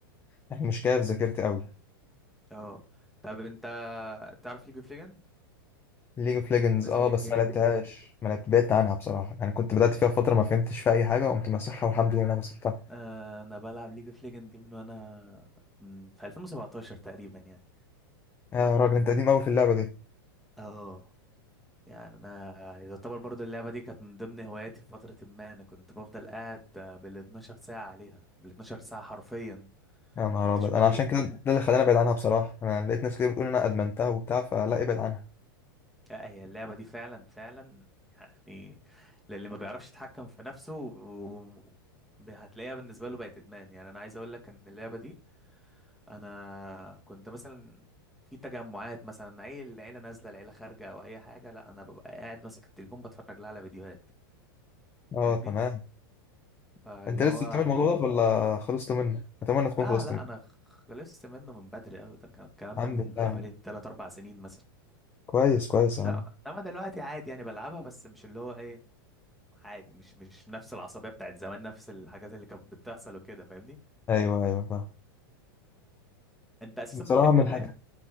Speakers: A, on the left; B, in the centre.
A: يعني مش جايه في ذاكرتي قوي
B: اه طب انت تعرف ليج اوف ليجند
A: ليج اوف ليجندز
B: بمناسبة
A: اه بس
B: الجيمنج
A: ما لعبتهاش ما لعبت بعدت عنها بصراحه يعني كنت بدات فيها فتره ما فهمتش فيها اي حاجه وقمت مسحها والحمد لله إن انا مسحتها
B: آه، انا بلعب ليج اوف ليجند دي من وانا من- في 2017 تقريبا يعني
A: يا راجل انت قديم قوي في اللعبه دي
B: اه يعني انا يعتبر برضو اللعبه دي كانت من ضمن هواياتي في فتره ما انا كنت بفضل قاعد بال 12 ساعه عليها بال 12 ساعه حرفيا ما
A: يا نهار
B: كنتش
A: ابيض
B: بقوم
A: انا عشان كده ده اللي خلاني ابعد عنها بصراحه انا لقيت ناس كتير بتقول إن انا ادمنتها وبتاع فلا ابعد عنها
B: لا هي اللعبه دي فعلا فعلا يعني للي ما بيعرفش يتحكم في نفسه و... ب- هتلاقيها بالنسبه له بقت ادمان يعني انا عايز اقول لك ان اللعبه دي انا كنت مثلا في تجمعات مثلا اي العيله نازله العيله خارجه او اي حاجه لا انا ببقى قاعد ماسك التليفون بتفرج لها على فيديوهات
A: اه
B: فاهمني
A: تمام
B: فاللي
A: انت لسه
B: هو
A: بتعمل الموضوع ده ولا خلصت منه اتمنى تكون
B: لا
A: خلصت
B: لا
A: منه
B: انا خلصت منه من بدري قوي ده كان- الكلام
A: الحمد
B: ده من
A: لله
B: حوالي
A: يعني.
B: 3 4 سنين مثلا
A: كويس كويس يا عم
B: انما إنما دلوقتي عادي يعني بلعبها بس مش اللي هو ايه عادي مش مش نفس العصبيه بتاعت زمان نفس الحاجات اللي كانت بتحصل وكده فاهمني
A: ايوه ايوه فاهم
B: انت اساسا
A: بصراحه
B: بتحب
A: من
B: القرايه
A: الحاجات